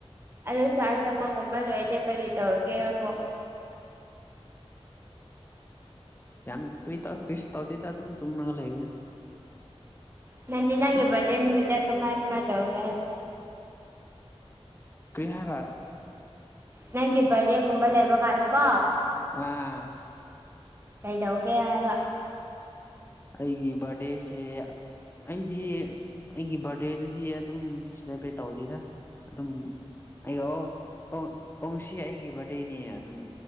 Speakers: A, on the right (about 25°); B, on the left (about 20°).
A: ꯑꯗꯣ ꯆꯥꯔꯆ ꯆꯠꯄꯒꯨꯝꯝꯕ ꯂꯣꯏꯔꯗꯤ ꯀꯔꯤꯗꯧꯕꯒꯦ ꯑꯃꯨꯛ
B: ꯎ ꯌꯥꯝ ꯀꯔꯤ ꯀꯔꯤꯁꯨ ꯇꯧꯗꯦꯗ ꯑꯗꯨꯝ ꯇꯨꯝꯔꯒ ꯂꯩꯕꯅꯦ
A: ꯅꯪꯗꯤ ꯅꯪꯒꯤ ꯕꯥꯔꯗꯦ ꯅꯨꯃꯤꯠꯇ ꯀꯃꯥꯏ ꯀꯃꯥꯏ ꯇꯧꯒꯦ
B: ꯀ꯭ꯔꯤ ꯍꯥꯏꯕ
A: ꯅꯪꯒꯤ ꯕꯥꯔꯗꯦꯒꯨꯝꯕ ꯂꯩꯕ ꯀꯥꯟꯗꯀꯣ
B: ꯑꯥ
A: ꯀꯩꯗꯧꯒꯦ ꯍꯥꯏꯕ
B: ꯑꯩꯒꯤ ꯕꯥꯔꯗꯦꯁꯦ ꯑꯩꯗꯤ ꯑꯩꯒꯤ ꯕꯥꯔꯗꯦ ꯗꯦꯗꯨꯗꯤ ꯑꯗꯨꯝ ꯁꯦꯂꯦꯕ꯭ꯔꯦꯠ ꯇꯧꯗꯦꯗ ꯑꯗꯨꯝ ꯑꯩꯌꯣ ꯑꯣ ꯑꯣꯁꯤ ꯑꯩꯒꯤ ꯕꯥꯔꯗꯦꯅꯦ ꯑꯗꯨꯝ